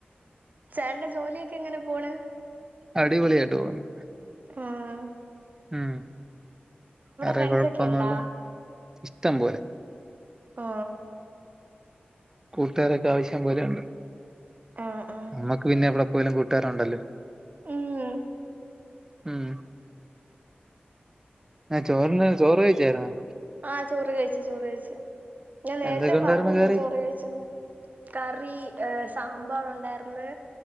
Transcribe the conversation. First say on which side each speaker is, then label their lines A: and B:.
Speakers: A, on the right (about 45°); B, on the right (about 15°).
A: ചേന്റെ ജോലിയൊക്കഎങ്ങനെ പോണ് <inaudible>
B: അടിപൊളിയായിട്ട് ഓകുന്നു
A: ആഹ്
B: ഉം.. വറെ
A: ഫ്രണ്ട്സൊക്കെ
B: കൊഴപ്പന്നല്ല
A: ഇണ്ടാ
B: ഇഷ്ടം പോലെ
A: ആ..
B: കൂട്ടുകാരൊക്കെ ആവശ്യം പോലെയണ്ട്.
A: ആഹ് ആഹ്
B: നമ്മുക്ക് പിന്നെ ഇവിടെ പോലും കൂട്ടുകാറണ്ടല്ലോ <inaudible>
A: ഉം
B: ഊമ് ആ ചോറിന്ന് ചോറ് വയ് ചാരുന്നു
A: ആചോറ് കഴിച്ച് ചോറ് കഴിച്ച് ഞാൻ നേരത്തെ
B: എന്തൊക്കെ ഉണ്ടായിരുന്നു
A: പറഞ്ഞു
B: കറി
A: ഞാൻ ചോറ് കഴിച്ചന്ന് കറി ഏ,. സാമ്പാറണ്ട് ണ്ടാർന്ന്